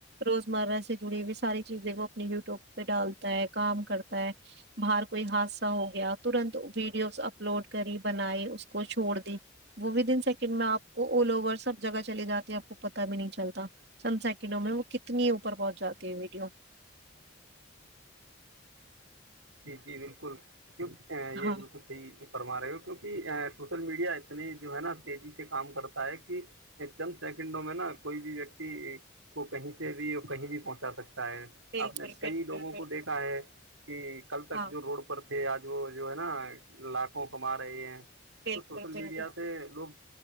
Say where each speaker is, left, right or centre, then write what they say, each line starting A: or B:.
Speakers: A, on the right (about 55°); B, on the right (about 85°).
A: روزمرہ سے جڑی ہوئی ساری چیزیں وہ اپنی یوٹیوب پہ ڈالتا ہے کام کرتا ہے باہر کوئی حادثہ ہو گیا ترنت ویڈیوز اپلوڈ کری بنائی اس کو چھوڑ دی وہ ود ان سیکنڈ میں آپ کو آل اوور سب جگہ چلی جاتی آپ کو پتا بھی نہیں چلتا چند سیکنڈوں میں وہ کتنی اوپر پہنچ جاتی ہے ویڈیو
B: جی جی بالکل کی
A: ہاں
B: یہ بالکل صی کرما رہے ہو کیونکہ سوشل میڈیا اتنے جو ہے نا تیزی سے کام کرتا ہے کہ چند سیکنڈوں میں نا کوئی بھی ویکتی کو کہیں سے بھی اور کہیں بھی پہنچا سکتا ہے
A: بالکل
B: آپ نے کئی
A: بالکل
B: لوگوں کو
A: بالکل
B: دیکھا ہے کہ کل تک
A: ہاں
B: جو روڈ پر تھے آج وہ جو ہے نا لاکھوں کما رہے ہیں
A: بالکل
B: تو سوشل میڈیا
A: بالکل
B: سے لوگ